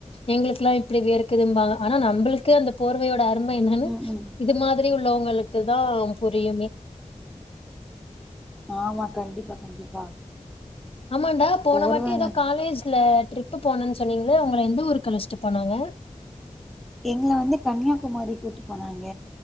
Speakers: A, on the left; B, in the centre.
A: எங்களுக்குலா இப்பிடி வேர்குதும்பாங்க ஆனா நம்மளுக்கு அந்த போர்வையோட உண்ம என்னானு
B: ம் ம்
A: இது மாதிரி உள் உள்ளோங்களுக்கு தா புரியுமே
B: ஆமா கண்டிப்பா கண்டிப்பா
A: ஆமான்டா போன
B: போர்வங்க
A: வாட்டி ஏதோ காலேஜ்ல ட்ரிப் போனன்னு சொன்னீங்கல்ல உங்கள எந்த ஊருக்கு அழச்ட்டு போனாங்க
B: எங்கள வந்து கன்னியாகுமாரி கூட்டு போனாங்க